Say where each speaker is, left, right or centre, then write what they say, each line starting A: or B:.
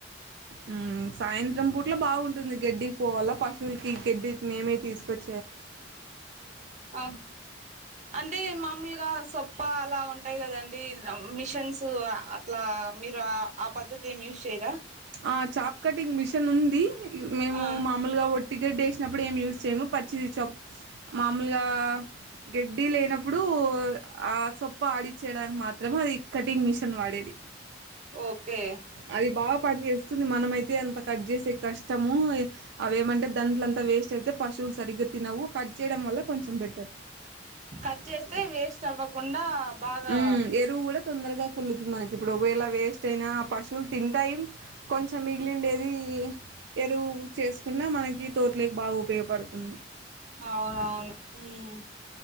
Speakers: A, on the right; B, on the right.
A: హ్మ్ సాయంత్రం పూట్ల బాగుంటుంది గడ్డికి పోవల్ల పశువులకి గడ్డి మేమే తీసుకొచ్చ
B: ఆ అంటే మామూలుగా సొప్ప అలా ఉంట్ టయ్ కదండి మిషన్స్ అట్లా మీరు ఆ పద్ధతి ఏమి యూజ్ చేయరా
A: ఆ చాప్ కటింగ్ మిషన్ ఉంది ఇవ్ మేము
B: ఆ
A: మామూలుగా ఒట్ టిగెట్ వేసినప్పుడు ఏం యూస్ చేయము పచ్చిది చాప్ మామూలుగా గడ్డి లేనప్పుడు ఆ సొప్ప ఆడిచ్చయడానికి మాత్ త్రము అది కటింగ్ మిషన్ వాడేది
B: ఓకే
A: అది బాగా పని చేేస్తుంది మనమ అయితే అంత కట్ చేసేకి కష్టము అవేమంటే దాంట్లంత వేస్ట్ అయితే పశువులు సరిగ్గా తినవు కట్ చేయడం వల్ల కొంచెం బెటర్
B: కట్ చేస్తే వేస్ట్ అవ్వకుండా బాగా
A: ఉ ఎరువు కూడా తొందరగా కుల్లుతుంది మనకి ఇప్పుడు ఒకవేళ వేస్ట్ అయినా పశుల తింటాయి కొంచెం మిగిలిండేది ఎరువు చేసుకున్నా మనకి తోట్ లేకి బాగా ఉపయోగపడుతుంది
B: అవునవును హ్మ్